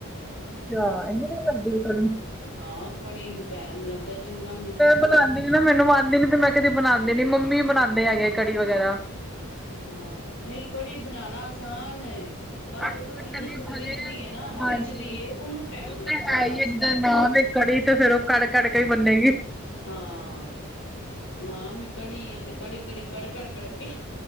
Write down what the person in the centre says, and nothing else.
ਆ, ਇਨੀਂ ਦੇਰ ਲਗਦੀ ਐ ਕੜੀ
ਬਨਾਂਦੀ ਨੀਂ ਨਾ ਮੈਨੂੰ ਆਂਦੀ ਨੀ, ਮੈਂ ਕਦੀ ਬਨਾਂਦੀ ਨੀਂ ਮੰਮੀ ਬਨਾਂਦੇ ਹੈਗੇ ਕੜੀ ਵਗੈਰਾ
ਕਦੀ
ਹਜੇ
ਹਾਂਜੀ।
ਉਹ
ਤੇ ਹੈ ਹੀ
ਹੈ ਜਿੱਦਾਂ ਨਾਮ ਈ ਕੜੀ ਤੇ ਫੇਰ ਓ ਕੜ -ਕੜ ਕੇ ਈ ਬਨੇਗੀ।